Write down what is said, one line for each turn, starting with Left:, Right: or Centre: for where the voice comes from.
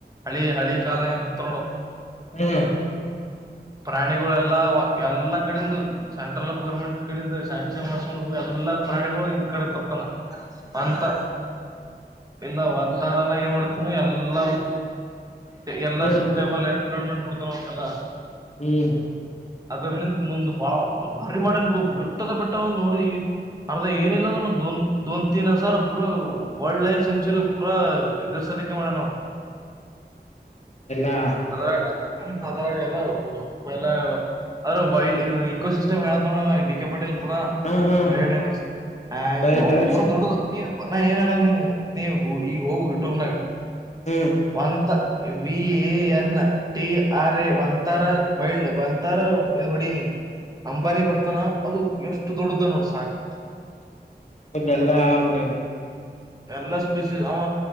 Right: ಹಳಿ ಹಳಿ ಕಾಲ್ನಂತ ಇತ್ ನೋಡ
Left: ಹ್ಮ್
Right: ಪ್ರಾಣಿಗಳೆಲ್ಲಾ ಎಲ್ಲಾ ಕಡೆಂದು ಸೆಂಟ್ರಲ್ ಗೌರ್ಮೆಂಟ್ ಕಡಿಂದ ಸ ಶ್ಯಾಂಕ್ಷನ್ ಮಾಡ್ಕೊಂಡ್ ಹ ಎಲ್ಲ ಪ್ರಾಣಿಗಳು ಕಡೆ ತಪ್ಪಾನ ಅಂತ ಇಲ್ಲ ಒ ತರಾಗ ಮಾಡೋಡ್ ಇನ್ನು ಎಲ್ಲ ಎಲ್ಲ
Left: ಹ್ಮ್
Right: ಸೂಟೇಬಲ್ ಎನ್ರನ್ಮೆಂಟ್ ಕೊಡ್ತಕಲ್ಲ
Left: ಹ್ಮ್
Right: ಅದ್ರ ನಿಂತ ಮುಂದ ಬಾ ಮಾಡನ್ ಬಿಡು ಬೆಟ್ಟದ ಬೆಟ್ಟ ನೋಡಿ ಅರ್ಧ
Left: ಹ್ಮ್
Right: ಏನಿಲ್ಲ ಅಂದ್ರ ದೊನ್ ತೀನ್ ಹಜಾರ ಪೂರ ವೈಲ್ಡ್ ಲೈಫ ಸೆಂಚುರಿ ಪೂರಾ ಎದುರ್ ಸಲ್ಲಿಕ್ಕೆೆ ಮಾಡನ
Left: ಎಲ್ಲಾ
Right: ಮದರ್ಮ ಮದರ ಅ್ರ ವೈಲ್ಡ್ ಇಕೋಸಿಸ್ಟ್ ಮೇಳೋಡ ಡಿ ಕೆ ಪಟೇಲ್ ಪೂರಾ
Left: ಹ್ಮ ಹ್ಮ್
Right: ಬಯೋಡೈವರ್ಸಿ ಆ
Left: ಬಯೋಡೈವರ್ಸಿಟಿ
Right: ಪೂರಾ ದೊಡ್ಡ ನಾ ಏನ್ ಹೇಳಲ್ಲ ನೀ ನೀವು ಈಗ ಹೋಗು ಯೂಟ್ಯೂಬ್ನಾಗ
Left: ಹ್ಮ್
Right: ಒಂತ V A N T R A ಒಂತರ ವೈಲ್ಡ್ ಒಂತರ ಹೊಡಿನಿ. ಅಂಬಾರಿ
Left: ಹ್ಮ್ ಹ್ಮ್
Right: ಬರ್ತನ ಅದು ಎಷ್ಟು ದೊಡ್ಡ್ದ ನೋಡ ಸಾಕ್
Left: ಇಲ್ಲ ಎಲ್ಲಾ ಆಂದ
Right: ಎಲ್ಲಾ ಸ್ಪೀಸೀ ಅವ